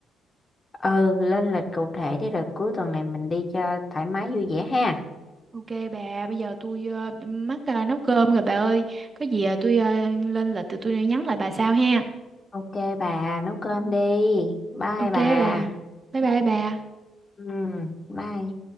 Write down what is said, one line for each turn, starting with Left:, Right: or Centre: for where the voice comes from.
Left: Ừ, lên lịch cụ thể đi rồi cuối tuần này mình đi cho thoải mái vui vẻ ha.
Right: Ok bà, bây giờ tôi ờ, mắc ờ, nấu cơm rồi bà ơi. Có gì ờ, tôi ờ, lên lịch thì tôi nhắn lại bà sau ha.
Left: Ok bà, nấu cơm đi. Bye
Right: Ok
Left: bà.
Right: bà. Bye bye bà.
Left: Ừ, bye.